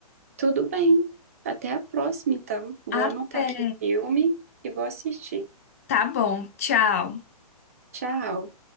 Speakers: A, on the right (about 20°); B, on the left (about 25°).
A: Tudo bem. Até a próxima, então. Vou
B: Até.
A: anotar aqui o filme e vou assistir.
B: Tá bom, tchau.
A: Tchau.